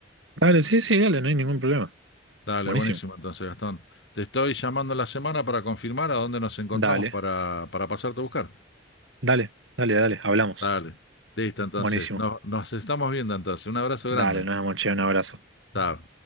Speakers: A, on the right; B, on the left.
A: Dale, sí, sí, dale, no hay ningún problema.
B: Dale,
A: Buenísimo.
B: buenísimo entonces, Gastón. Te estoy llamando en la semana para confirmar a dónde nos encontramos
A: Dale.
B: para, para pasarte a buscar.
A: Dale, dale, dale, hablamos.
B: Dale. Listo, entonces.
A: Buenísimo.
B: Nos, nos estamos viendo entonces. Un abrazo
A: Dale,
B: grande.
A: nos vemos, che, un abrazo.
B: Chao.